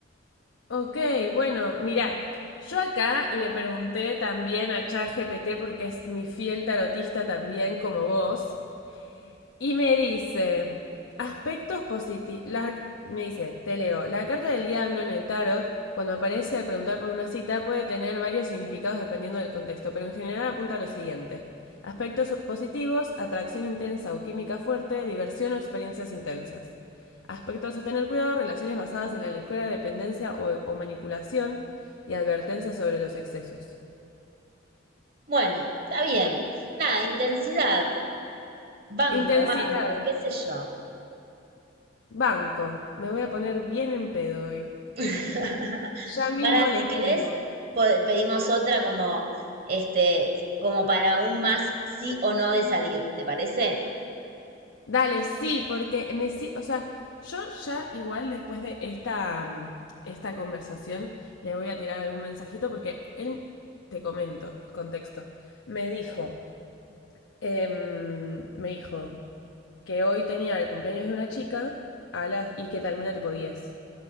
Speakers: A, on the left; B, on the right.
A: Ok, bueno, mira, yo acá le pregunté también a ChatGPT porque es mi fiel tarotista también como vos. Y me dice, aspectos positivos. Me dice, te leo, la carta del diablo en el tarot, cuando aparece al preguntar por una cita, puede tener varios significados dependiendo del contexto, pero en general apunta a lo siguiente. Aspectos positivos, atracción intensa o química fuerte, diversión o experiencias intensas. Aspectos a tener cuidado, relaciones basadas en la ligera dependencia o, o manipulación y advertencias sobre los excesos.
B: Bueno, está bien. Nada, intensidad, banco,
A: Intensidad,
B: banco, qué sé yo.
A: banco. Me voy a poner bien en pedo hoy.
B: <laughs>
A: Ya mismo
B: Para si
A: le escribo.
B: querés, po- pedimos otra como este, como para un más sí o no de salir, ¿te parece?
A: Dale, sí, porque me sí, o sea, yo ya igual después de esta, mm, esta conversación le voy a tirar algún mensajito porque él, te comento, contexto, me dijo, em, me dijo que hoy tenía el cumpleaños de una chica a las, y que termina tipo 10.